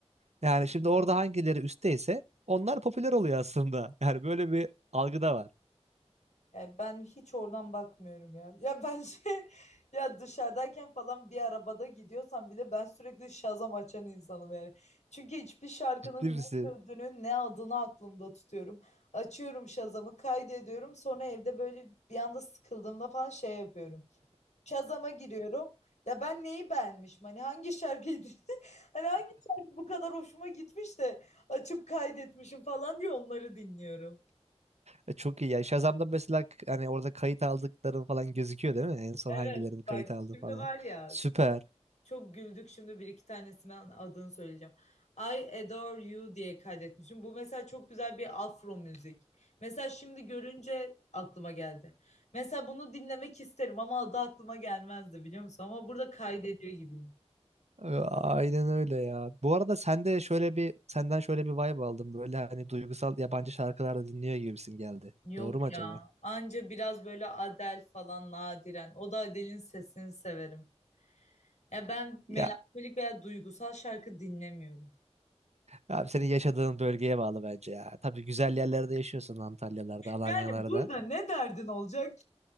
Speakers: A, on the right (about 70°); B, on the left (about 80°).
A: Yani şimdi orada hangileri üstteyse onlar popüler oluyor aslında. <laughs> Yani böyle bir algı da var.
B: Yani ben hiç oradan bakmıyorum ya. Ya ben şey <laughs> ya dışarıdayken falan bir arabada gidiyorsam bile ben sürekli Shazam açan insanım yani. Çünkü hiçbir şarkının
A: Ciddi misin?
B: ne sözünü ne adını aklımda tutuyorum. Açıyorum Shazam'ı kaydediyorum. Sonra evde böyle bir anda sıkıldığımda falan şey yapıyorum. Shazam'a giriyorum. Ya ben neyi beğenmişim? Hani hangi şarkıydı? <laughs> Hani hangi şarkı bu kadar hoşuma gitmiş de açıp kaydetmişim falan diye onları dinliyorum.
A: E, Çok iyi ya. Shazam'da mesela k- hani orada kayıt aldıkların falan gözüküyor değil mi? En son
B: Evet
A: hangilerini kayıt
B: bak
A: aldı
B: şimdi
A: falan.
B: var ya
A: Süper.
B: çok çok güldük şimdi bir iki tanesini adını söyleyeceğim. I Adore You diye kaydetmişim. Bu mesela çok güzel bir afro müzik. Mesela şimdi görünce aklıma geldi. Mesela bunu dinlemek isterim ama adı aklıma gelmezdi biliyor musun? Ama burada kaydediyor gibiyim.
A: E, Aynen öyle ya. Bu arada sen de şöyle bir senden şöyle bir vibe aldım. Böyle hani duygusal yabancı şarkılar da dinliyor gibisin geldi.
B: Yok
A: Doğru mu acaba?
B: ya. Anca biraz böyle Adele falan nadiren. O da Adele'in sesini severim. Ya ben melankolik
A: Ya
B: veya duygusal şarkı dinlemiyorum.
A: abi senin yaşadığın bölgeye bağlı bence ya. Tabii güzel yerlerde yaşıyorsun Antalyalarda, Alanyalarda.
B: Yani burada ne derdin olacak